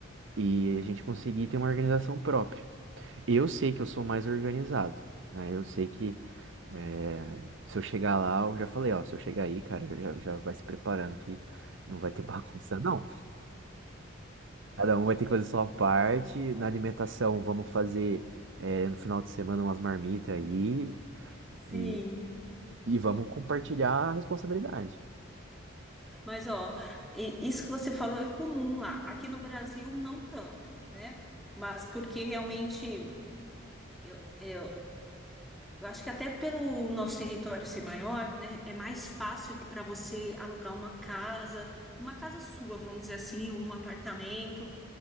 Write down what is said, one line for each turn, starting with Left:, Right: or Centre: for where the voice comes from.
Right: e a gente conseguir ter uma organização própria. Eu sei que eu sou mais organizado, né? Eu sei que eh, se eu chegar lá, eu já falei, ó, se eu chegar aí, cara, já, já vai se preparando que não vai ter <laughs> bagunça, não. Cada um vai ter que fazer sua parte. Na alimentação, vamos fazer eh, no final de semana umas marmitas aí
Centre: Sim,
Right: e, e vamos compartilhar a responsabilidade.
Centre: Mas, ó, e- isso que você falou é comum lá. Aqui no Brasil, não tanto, né? Mas porque realmente, eu, eu, eu acho que até pelo nosso território ser maior, né? É mais fácil para você alugar uma casa, uma casa sua, vamos dizer assim, um apartamento.